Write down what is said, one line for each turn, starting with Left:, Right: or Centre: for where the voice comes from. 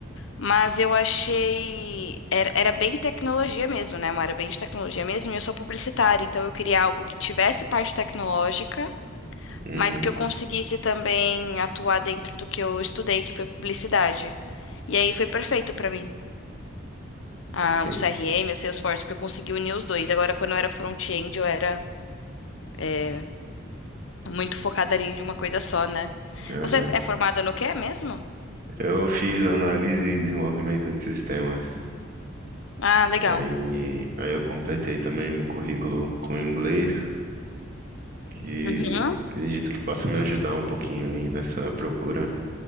Left: Mas eu achei. Era, era bem tecnologia mesmo, né? Uma área bem de tecnologia mesmo. E eu sou publicitária, então eu queria algo que tivesse parte tecnológica,
Right: Uhum,
Left: mas que eu conseguisse também atuar dentro do que eu estudei, que foi publicidade. E aí foi perfeito pra mim. Ah,
Right: sim.
Left: o CRM, a Salesforce, porque eu consegui unir os dois. Agora, quando eu era front-end, eu era é, muito focada ali em uma coisa só, né?
Right: Aham.
Left: Você é formada no quê mesmo?
Right: Eu fiz análise e desenvolvimento de sistemas.
Left: Ah, legal.
Right: E aí, aí eu completei também meu currículo com inglês, que
Left: Uhum.
Right: acredito que possa me ajudar um pouquinho aí nessa procura